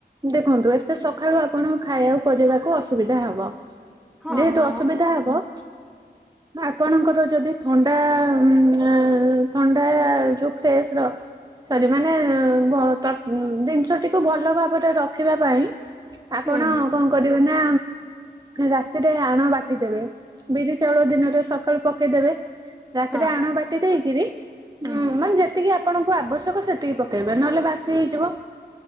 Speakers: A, on the right; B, in the centre.
A: ଦେଖନ୍ତୁ ଏତେ ସକାଳୁ ଆପଣଙ୍କୁ ଖାଇବାକୁ କରିବାକୁ ଅସୁବିଧା ହେବ।
B: ହଁ
A: ଯେହେତୁ
B: ହଁ
A: ଅସୁବିଧା ହେବ ଆପଣଙ୍କର ଯଦି ଥଣ୍ଡା ଉଁ ଏଁ ଥଣ୍ଡା ଯୋଉ ଫ୍ରେଶ ର ସରି ମାନେ ଭ ତ ଜିନିଷଟିକୁ ଭଲ ଭାବରେ ରଖିବା ପାଇଁ ଆପଣ
B: ହୁଁ
A: କଣ କରିବେ ନା ରାତିରେ ଆଣ ବାଟିଦେବେ। ବିରି ଚାଉଳ ଦିନରେ ସକାଳୁ ପକେଇଦେବେ। ରାତିରେ
B: ହଁ
A: ଆଣ ବାଟି ଦେଇକିରି
B: ହୁଁ
A: ଉଁ ମାନେ ଯେ ଯେତିକି ଆପଣଙ୍କୁ ଆବଶ୍ୟକ ସେତିକି ପକେଇବେ ନହେଲେ ବାସି ହେଇଯିବ।